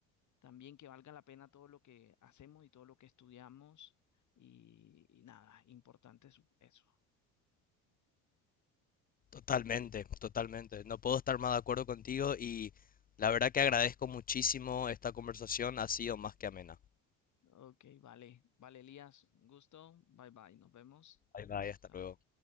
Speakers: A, on the left (about 45°); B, on the left (about 25°).
A: también que valga la pena todo lo que hacemos y todo lo que estudiamos y, y nada, importante es eso.
B: Totalmente, totalmente. No puedo estar más de acuerdo contigo y la verdad que agradezco muchísimo esta conversación. Ha sido más que amena.
A: Ok, vale, vale, Elías, un gusto, bye bye, nos vemos.
B: Bye bye, hasta
A: Chao.
B: luego.